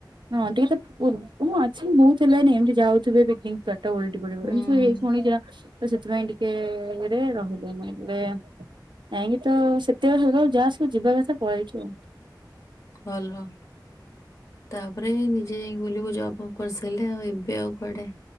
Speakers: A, on the right; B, on the left.
A: ହଁ ଟିକେ ତା ପୃ ମୁଁ ଅଛି ବୋହୁତ ହେଲାନି ଏମିତି ଯାଉଥୁବେ। <unintelligible> ଟାଟା ଓଲଟି ପଡିବ
B: ହୁଁ
A: ଏମିତି ହେଇ ଶୁଣିଚି ନା ତ ସେଥିପାଇଁ ଟିକେ ଇଏରେ ରହିଲେ <unintelligible> କାହିଁକି ତ ସେତେବେଳେ <unintelligible> ଯାହା ସବୁ ଯିବା କଥା ପଳେଇଛୁ।
B: ଭଲ। ତାପରେ ନିଜେ ଯାଇକି ବୁଲିବୁ ଜବ୍ ଫବ୍ କରିସାରିଲେ ଆଉ ଏବେ ଆଉ କୁଆଡେ